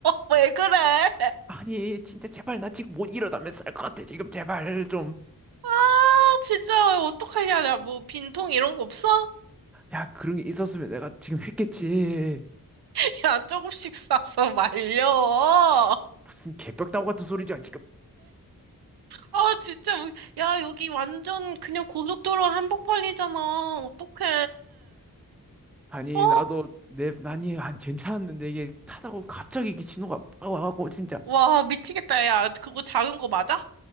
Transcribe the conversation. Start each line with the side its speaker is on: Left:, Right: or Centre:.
Right: <laughs> 왜 그래?
Centre: 아니 진짜 제발 나 지금 못 일어나면 쌀것 같아 지금 제발 좀
Right: 아, 진짜 어떡하냐. 나 뭐 빈통 이런 거 없어?
Centre: 야, 그런 게 있었으면 내가 지금 했겠지.
Right: <laughs> 야, 조금씩 싸서 말려.
Centre: 무슨 개벽다구 같은 소리지, 지금.
Right: 아, 진짜. 뭐- 야, 여기 완전 그냥 고속도로 한복판이잖아. 어떡해.
Centre: 아니,
Right: 아,
Centre: 나도 내 난이 안 괜찮았는데 이게 타다가 갑자기 이게 신호가 빡 와갖고 진짜.
Right: 와, 미치겠다. 야, 그거 작은 거 맞아?